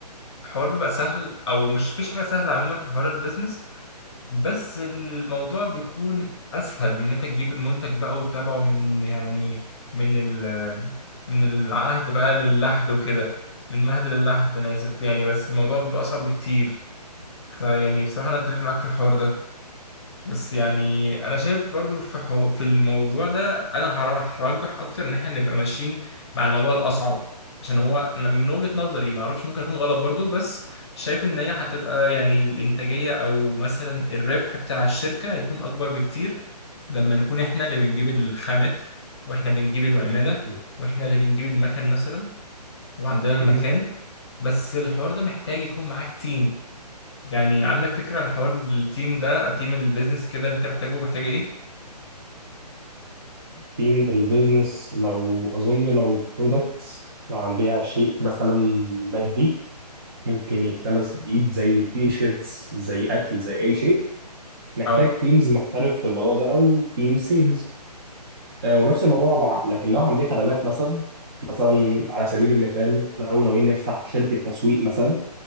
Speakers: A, on the left; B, on the right.
A: الحوار بيبقى سهل او مش فيش حاجة سهلة عموما في حوار البيزنس بس الموضوع بيكون اسهل من ان انت تجيب المنتج بقى وتتابعه من يعني من ال من العهد بقى للحد وكده من مهد للحد انا اسف يعني بس الموضوع بيبقى اصعب بكتير فيعني بصراحة انا اتفق معاك في الحوار ده بس يعني انا شايف برضو في حو... في الموضوع ده انا هر- هرجح اكتر ان احنا نبقى ماشيين مع الموضوع الاصعب عشان هو انا من وجهة نظري ما اعرفش ممكن اكون غلط برضو بس شايف ان هي هتبقى يعني الانتاجية او مثلا الربح بتاع الشركة هيكون اكبر بكتير لما نكون احنا اللي بنجيب الخامات واحنا بنجيب العمالة
B: <laughs>
A: واحنا اللي بنجيب المكن مثلا وعندنا المكان
B: مهم.
A: بس الحوار ده محتاج يكون معاك تيم يعني عندك فكرة عن حوار التيم ده تيم البيزنس كده اللي انت محتاجه محتاج ايه
B: تيم البيزنس لو أظن لو برودكتس لو هنبيع شيء مثلا مادي ممكن يتلمس بإيد زي تي شيرتس زي أكل زي أي شيء نحتاج
A: اه
B: تيمز محترف في الموضوع ده أو تيم سيلز آه ونفس الموضوع لو ه- لكن لو هنبيع خدمات مثلا مثلا على سبيل المثال لو ناويين نفتح شركة تسويق مثلا